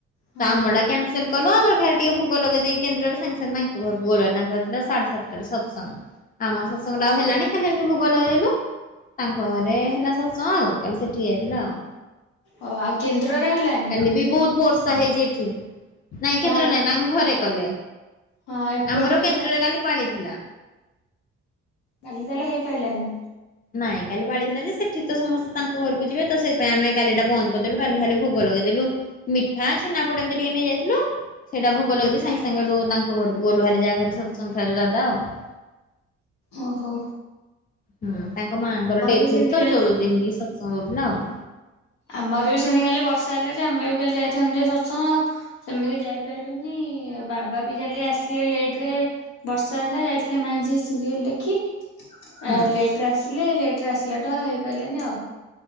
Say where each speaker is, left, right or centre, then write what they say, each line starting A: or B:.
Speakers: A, on the left (about 75°); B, on the left (about 25°).
A: ହଁ
B: <unintelligible> ସେ କଲୁ ଆମର ଖାଲି ଟିକେ ଭୋଗ ଲଗେଇ ଦେଇକି କେନ୍ଦ୍ରରେ ସାଙ୍ଗ ସାଙ୍ଗ ତାଙ୍କ ଘରକୁ ଗଲ ତାର ଥିଲା <unintelligible> ସତସଙ୍ଗ୍। ଆମ ସତସଙ୍ଗ୍ ତ ଆଉ ହେଲାନି ଖାଲିଏମିତି ଭୋଗ ଲଗେଇଦଲୁ। ତାଙ୍କ ଘରେ ହେଲା ସତସଙ୍ଗ୍ ଆଉ କାଲି ସେଠିକି ଯାଇଥିଲୁ ଆଉ।
A: ଓ ଆଉ କେନ୍ଦ୍ରରେ ହେଲାନି?
B: କାଲି ବି ବହୁତ୍ ବର୍ଷା ହେଇଛି ଏଠି। ନାଇଁ କେନ୍ଦ୍ର
A: ହଁ
B: ନାଇଁ ତାଙ୍କ ଘରେ କଲେ
A: ହଁ ଏପଟେ
B: ଆମର
A: ବି
B: କେନ୍ଦ୍ରରେ କାଲି ପାଳି ଥିଲା।
A: କାଲି ହେଇପାରିଲାନି।
B: ନାଇଁ କାଲି ପାଳିଥିଲା ଯେ ସେଠି ତ ସମସ୍ତେ ତାଙ୍କ ଘରକୁ ଯିବେ ତ ସେଥିପାଇଁ ଆମେ କାଲିଟା ବନ୍ଦ କରିଦେଲୁ। କାଲି ଖାଲି ଭୋଗ ଲଗେଇଦେଲୁ ମିଠା ଛେନା ପୋଡ଼ ଏମିତି ଟିକେ ନେଇଯାଇଥିଲୁ। ସେଇଟା ଭୋଗ ଲାଗି ସାଙ୍ଗେ ସାଙ୍ଗେ ହେଠୁ ତାଙ୍କ ଘରକୁ ଗଲୁ ହେରି ଯାହା ଘରେ ସତସଙ୍ଗ୍ <unintelligible>
A: ଓ ହୋ।
B: ହୁଁ ତାଙ୍କ ମାଆ ଙ୍କର ଡେଥ୍
A: ବି ସେମିତି
B: ହେଇଛି ତ
A: କାଲି
B: ଚଉଦ ଦିନରେ ସତସଙ୍ଗ୍ ହଉଥିଲା ଆଉ।
A: ଆମର ବି ସେମିତି କାଲି ବର୍ଷା ହେଲା ଯେ ଆମେ ବି କାଲି ଯାଇଥାନ୍ତୁ ଯେ ସତସଙ୍ଗ୍ ସେମିତି ଯାଇପାରିଲୁନି ବାବା ବି କାଲି ଆସିଥିଲେ ଲେଟ୍ ରେ। ବର୍ଷା ହେଲା ଯାଇଥିଲେ <unintelligible> ସିରିଏଲ ଦେଖି।
B: ହୁଁ।
A: ଆ ଲେଟ୍ ରେ ଆସିଲେ ଲେଟ୍ ରେ ଆସିଲାଠୁ ଆଉ ହେଇପାରିଲାନି ଆଉ।